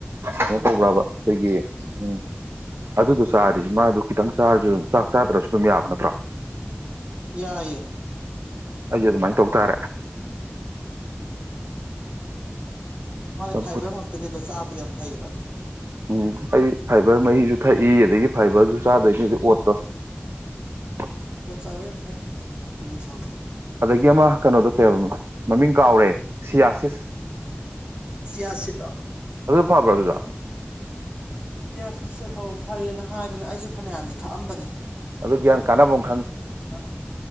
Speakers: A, on the right; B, on the right.
A: ꯀꯩꯅꯣ ꯇꯧꯕ꯭ꯔꯕ ꯑꯩꯈꯣꯏꯒꯤ ꯎ ꯑꯗꯨꯗꯣ ꯆꯥꯔꯔꯤ ꯃꯥꯗꯨ ꯈꯤꯇꯪ ꯆꯥꯔꯁꯨꯝ ꯆꯥꯛ ꯆꯥꯗ꯭ꯔꯁꯨ ꯑꯗꯨꯝ ꯌꯥꯕ ꯅꯠꯇ꯭ꯔꯣ
B: ꯌꯥꯏꯦ
A: ꯑꯩꯁꯨꯦ ꯑꯗꯨꯃꯥꯏꯅ ꯇꯧ ꯇꯥꯔꯦ
B: ꯎꯝ ꯃꯥꯅꯦ
A: ꯆꯝꯐꯨꯠ
B: ꯐꯥꯏꯕꯔ ꯉꯛꯇꯅꯦꯕ ꯆꯥꯕꯗꯤ ꯌꯥꯝ ꯐꯩꯌꯦꯕ
A: ꯎꯝ ꯑꯩ ꯐꯥꯏꯕꯔ ꯃꯍꯤꯁꯨ ꯊꯛꯏ ꯑꯗꯒꯤ ꯐꯥꯏꯕꯔꯁꯨ ꯆꯥꯗꯣꯏꯅꯤꯗꯤ ꯑꯣꯠꯇꯣ <unintelligible>
B: ꯑꯣꯣ ꯆꯕ ꯐ ꯆ
A: ꯑꯗꯥꯒꯤ ꯑꯥꯃꯥ ꯀꯦꯏꯅꯣ ꯗꯨ ꯀꯦꯏ ꯍꯥꯏꯕꯥ ꯃꯤꯃꯤꯡ ꯃꯃꯤꯡ ꯀꯕꯒ꯭ꯔꯦ꯫ ꯁꯌꯥꯁꯤꯁ
B: ꯆꯤꯌꯥ ꯁꯤꯗ ꯂꯣ꯫
A: ꯐꯥꯕ꯭ꯔꯥ ꯑꯗꯨꯗꯨ꯫
B: ꯁꯤ ꯑ ꯁꯤꯠꯁ ꯑꯧ ꯐꯩꯌꯦꯅ ꯍꯥꯏꯕꯅꯤ ꯑꯩꯁꯨ ꯐꯅꯌꯥꯝꯗꯤ ꯊꯛꯑꯝꯕꯅꯦ
A: ꯒ꯭ ꯀꯅꯥꯕꯨꯡ
B: ꯑ